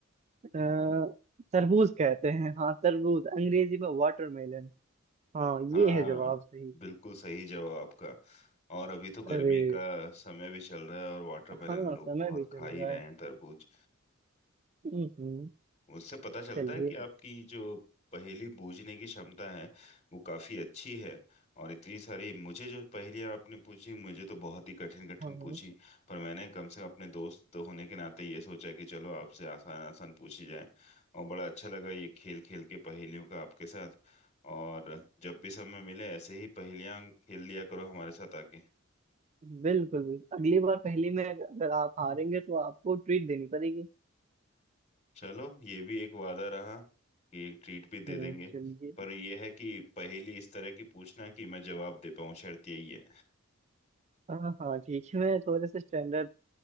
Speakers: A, on the right; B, on the left.
A: आ, तरबूज कहते हैं हाँ तरबूज अंग्रेजी में वाटरमेलन हाँ
B: हाँ
A: ये है जवाब सही
B: बिल्कुल सही जवाब आपका और अभी तो गर्मी
A: अरे
B: का समय भी चल रहा है और वाटरमेलन
A: हाँ
B: लोग
A: समय
B: बहुत
A: भी चल
B: खा ही
A: रहा
B: रहे
A: है
B: हैं तरबूज
A: हम्म, हम्म।
B: उससे पता चलता
A: चलिए
B: है कि आपकी जो पहेली बूझने की क्षमता है वो काफी अच्छी है और इतनी सारी मुझे जो पहेलियां आपने पूछी मुझे तो बहुत ही कठिन कठिन
A: हाँ हाँ,
B: पूछी पर मैंने कम से कम अपने दोस्त होने के नाते ये सोचा कि चलो आपसे आसान आसान पूछी जाए और बड़ा अच्छा लगा ये खेल खेल के पहेलियों का आपके साथ और जब भी समय मिले ऐसे ही पहेलियां खेल लिया करो हमारे साथ आके
A: बिल्कुल बिल्कुल अगली बार पहले में अगर अगर आप हारेंगे तो आपको ट्रीट देनी पड़ेगी
B: चलो ये भी एक वादा रहा कि एक ट्रीट भी दे
A: हम्म
B: देंगे
A: चलिए
B: पर यह है कि पहेली इस तरह की पूछना कि मैं जवाब दे पाऊं शर्त यही है
A: हाँ हाँ ठीक है मैं थोड़े से स्टैंडर्ड